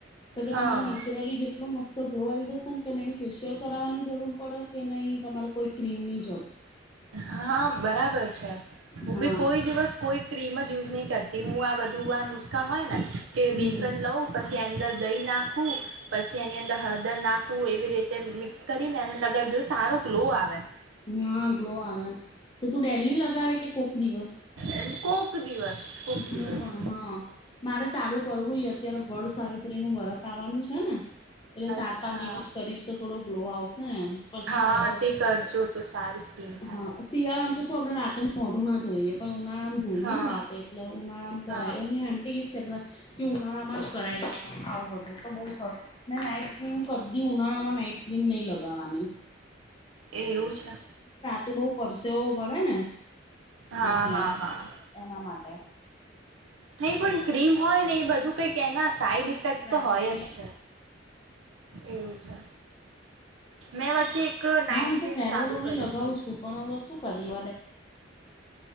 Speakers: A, on the left; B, on the right.
A: તો કે
B: હા
A: તમારે નેચરલી જેટલો મસ્ત ગ્લોઈન કે ફિય. કરાવવાની જરૂર પડે કે નહીં તમારે કોઈ ક્રીમ ની.
B: હા બરાબર છે હું
A: હા
B: બી કોઈ દિવસ કોઈ ક્રીમ જ યુઝ નહી કરતી. તે હું આ બધું આુસ્. હોય ને કે
A: હમ
B: બેસન લવ પછી અંદર. દહી નાખવું પછી એની અંદર હળદર નાખવું એવી રીતે મિક્સ કરીને એને લગાવી દો સારો ગ્લો આવે.
A: હા ગ્લો આવે તો તું ડેલની લગાવે કે. કોક દિવસ
B: એમ કો. એક દિવસ. કોક
A: હું
B: દિવસ
A: પણ હા મારે ચાલુ કરવું હત. અત્યારે વટ સાવિત્રી નું વ્રત આવવાનું છે ને. એટલે ચાર
B: અચ્છા
A: પાંચ દિવસ કરીશ તો થોડો ગ્લો આવશે ને પછી
B: હા
A: તો
B: તે કરજો તો સારું સ્કીન થાય
A: હા શિયાળામ તો આપડ રાતે મોઢુના ધોઈ પણ ઉના નામ ધોહીએને
B: હા
A: રાતેે મત ઉનામ કર
B: હા
A: એને આંટીએ જ કેતા કે ઉનાળામાં જ કરાય આવું બધું તો બહુ સરસ નાઈટ મ કધી ઉનાળા માં નાઈટ ક્રીમ નહી લગાવાની
B: એવું છે
A: તે બહુ પરસે પડે ને
B: હા
A: એટલે
B: હા હા
A: એના માટે
B: નહી પણ ક્રીમ હોય ને એ બધું કઈ કે ના સાઈડ ઇફેક્ટ
A: રાત્રે
B: તો હોય
A: નહી
B: જ છે એવું છે મેં વચ્ચે એક નાઈટ
A: હા હું તો
B: ક્રીમ
A: ફેરાવ
B: ચાલુ
A: લવલી
B: કરી
A: લગાવું
B: હતી.
A: છું પણસ્ શું કરી